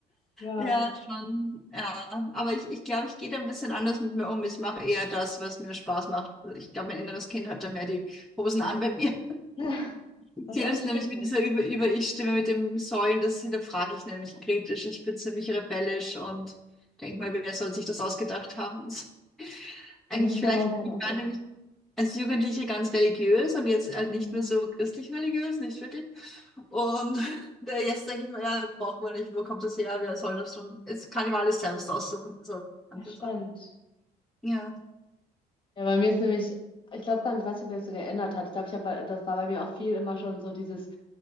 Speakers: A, on the left; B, in the centre.
A: Ja,
B: Ja, schon. Ja, aber ich, ich glaube, ich gehe da ein bisschen anders mit mir um. Ich mache eher das, was mir Spaß macht. Ich glaube, mein inneres Kind hat da mehr die Hosen an bei mir.
A: <laughs>
B: Okay,
A: was auch
B: das
A: nicht
B: nämlich
A: schlecht
B: mit
A: ist.
B: dieser Über- Über-Ich-Stimme, mit dem Säulen, das hinterfrage ich nämlich kritisch. Ich bin ziemlich rebellisch und denke mal, wer soll sich das ausgedacht haben? <laughs> eigentlich
A: Ja, das ist
B: vielleicht,
A: bei meinem Partner
B: ich
A: so.
B: war nämlich als Jugendliche ganz religiös und jetzt halt
A: Mhm.
B: nicht mehr so christlich-religiös, nicht wirklich. Und <laughs> da jetzt denke ich mir, ja, braucht man nicht, wo kommt das her, wer soll das schon? Jetzt kann ich mir alles selbst aussuchen, so kann
A: Ach,
B: ich das
A: spannend.
B: sagen. Ja.
A: Ja, bei mir ist nämlich, ich glaube gar nicht, ich weiß nicht, ob mir das so geändert hat. Ich glaube, ich habe, das war bei mir auch viel immer schon so dieses,